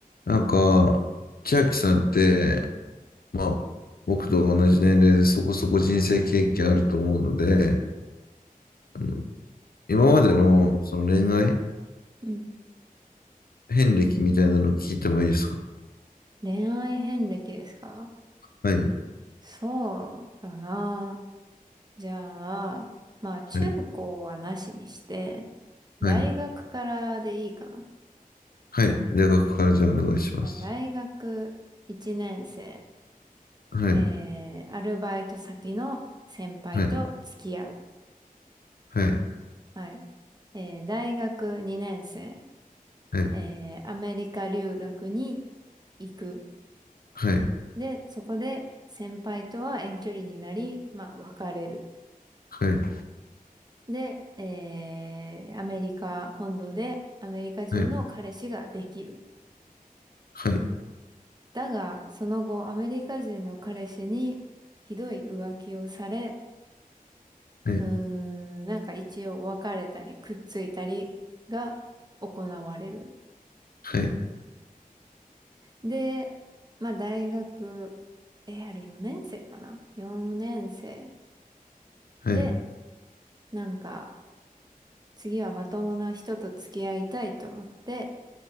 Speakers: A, on the left (about 80°); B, on the right (about 30°).
A: なんか、千秋さんって、まあ、僕と同じ年齢でそこそこ人生経験あると思うので、あの今までのその恋愛
B: はいうん。
A: 遍歴みたいなの聞いてもいいですか
B: 恋愛遍歴ですか
A: はい、
B: そうだな。じゃあ、まあ中高はなしにして、
A: はい、
B: 大学からでいいかな。
A: はい、はい。大学からじゃあお願いします。
B: じゃあ大学1年生、
A: はい、
B: えー、アルバイト先の先輩と付き合う。
A: はい、はい、
B: はい。えー、大学2年生、
A: はい、
B: えー、アメリカ留学に行く。
A: はい、
B: で、そこで先輩とは遠距離になり、まあ別れる。
A: はい、
B: で、えーアメリカ本土でアメリカ人の彼氏ができる。
A: はい、はい、
B: だが、その後、アメリカ人の彼氏にひどい浮気をされ、
A: はい、はい、
B: うーん、なんか一応別れたり、くっついたりが行われる。
A: はい、
B: で、まあ大学、えあれ4年生かな ?4 年生。
A: はい、
B: で、
A: はい、
B: なんか、次はまともな人と付き合いたいと思って、